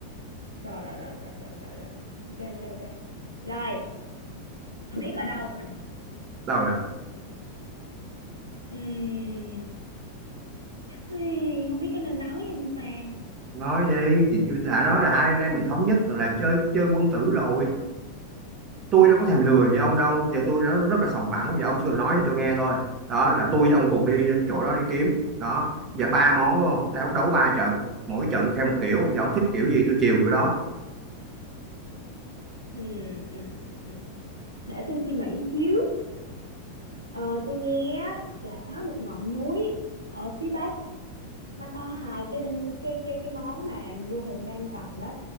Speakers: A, on the right; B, on the right.
A: rồi rồi rồi rồi rồi rồi rồi ok ok ok rồi biết ở đâu rồi nè
B: đâu rồi
A: Ừm, ê, không biết có nên nói không ta
B: nói đi thì tôi đã nói là hai anh em mình thống nhất là, là chơi chơi quân tử rồi tôi đâu có thèm lừa với ông đâu giờ tôi đã rất là sòng phẳng giờ ông chỉ cần nói cho tôi nghe thôi đó là tôi với ông cùng đi đến chỗ đó đi kiếm đó giờ ba món đúng không đấu, đấu ba trận mỗi trận theo một kiểu giờ ông thích kiểu gì tôi chiều kiểu đó
A: Ừm, ừm, ừm, ừm. để tôi suy nghĩ xíu Ờ, tôi nghe á, là có một ngọn núi ở phía bắc nó có hai cái đinh cái cái cái món mà vua Hùng đang cần đó